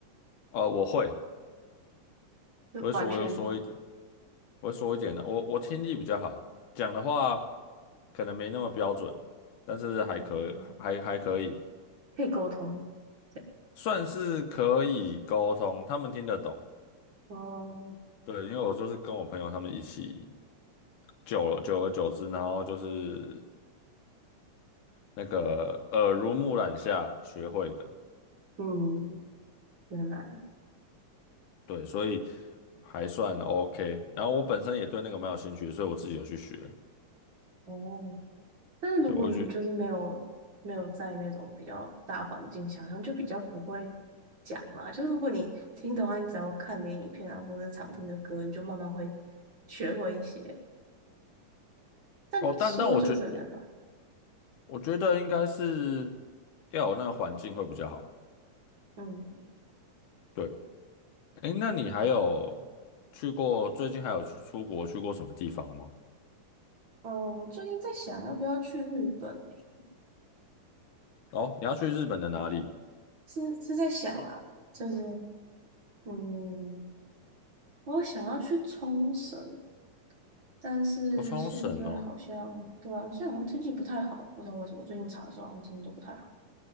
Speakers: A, on the left (about 80°); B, on the right (about 45°).
A: 哦、我会，
B: 就完全
A: 我会说我说一点，我会说一点的。我我听力比较好，讲的话可能没那么标准，但是还可还还可以，
B: 嗯，可以沟通。对，
A: 算是可以沟通，他们听得懂。
B: 哦，
A: 对，因为我就是跟我朋友他们一起久了，久而久之，然后就是那个耳濡目染下学会的，
B: 嗯，原来
A: 对，所以还算 OK。然后我本身也对那个蛮有兴趣所以我自己有去学。
B: 哦，但是如果你就是没有没有在那种比较大环境下，
A: 对，我去
B: 好像就比较不会讲嘛。就是如果你听的话，你只要看点影片啊，或者常听的歌，你就慢慢会学会一些。但说就是很难。
A: 哦，但但我觉我我觉得应该是要有那个环境会比较好。
B: 嗯，
A: 对，诶，那你还有去过最近还有去出国去过什么地方吗？
B: 哦，我最近在想要不要去日本诶、
A: 哦，你要去日本的哪里？
B: 是是在想啦，就是嗯，我想要去冲绳，但是现在好像对啊，
A: 我、冲绳哦。
B: 现在好像天气不太好，不知道为什么最近查的时候好像天气都不太好。